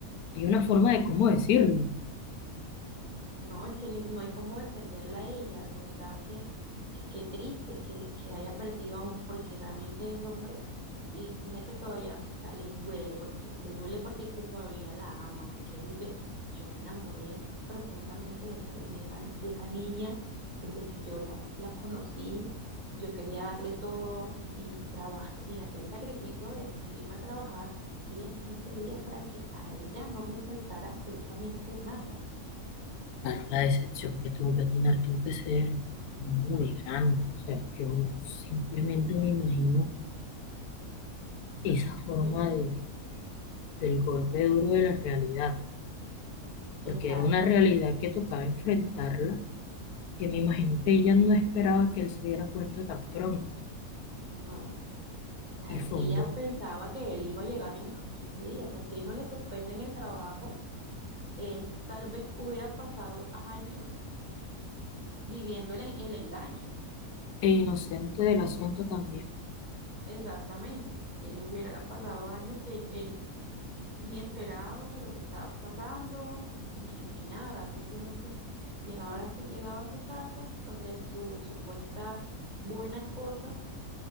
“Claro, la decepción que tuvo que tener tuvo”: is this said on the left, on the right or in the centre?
Left